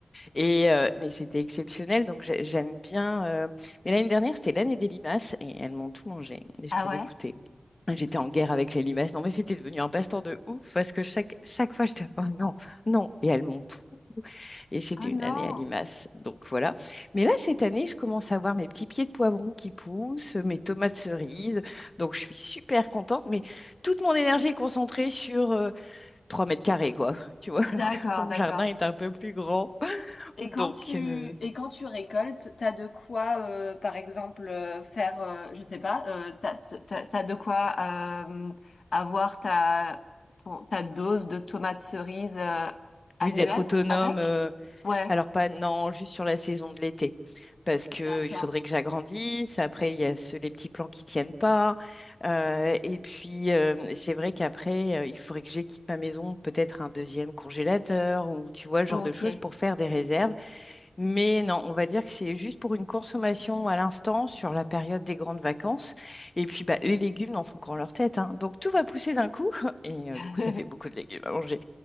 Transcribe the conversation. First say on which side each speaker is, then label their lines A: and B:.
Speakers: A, on the left; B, on the left.
A: Et euh, mais c'était exceptionnel, donc j'ai- j'aime bien. euh, Mais l'année dernière, c'était l'année des limaces et elles m'ont tout mangé. Et J'étais
B: Ah ouais?
A: dégoûtée. J'étais en guerre avec les limaces. Non, mais c'était devenu un passe-temps de ouf parce que chaque, chaque fois, j'étais oh, non, non. Et elles m'ont tout. Et c'était
B: Ah
A: une
B: non.
A: année à limaces. Donc voilà. Mais là, cette année, je commence à voir mes petits pieds de poivron qui poussent, mes tomates cerises. Donc je suis super contente. Mais toute mon énergie est concentrée sur euh, 3 mètres carrés, quoi. Tu vois, alors
B: D'accord
A: que mon
B: d'accord.
A: jardin est un peu plus grand.
B: Et
A: Donc,
B: quand tu
A: euh,
B: et quand tu récoltes, t'as de quoi, euh, par exemple, euh, faire, euh, je sais pas, euh, t'as, t'as, t'as de quoi euh, avoir ta ton- ta dose de tomates cerises euh, annuelle
A: oui, d'être autonome.
B: avec?
A: euh,
B: Ouais,
A: alors, pas, non, juste sur la saison de l'été. Parce que
B: d'accord.
A: il faudrait que j'agrandisse. Après, il y a ceux- les petits plans qui tiennent pas. Euh, et puis, euh, c'est vrai qu'après, euh, il faudrait que j'équipe ma maison, peut-être un deuxième congélateur ou tu vois, le
B: Ok.
A: genre de choses pour faire des réserves. Mais non, on va dire que c'est juste pour une consommation à l'instant sur la période des grandes vacances. Et puis, bah, les légumes n'en font qu'en leur tête, hein. Donc, tout va pousser d'un coup. <laughs> Et
B: <laughs>
A: euh, du coup, ça fait beaucoup de légumes à manger.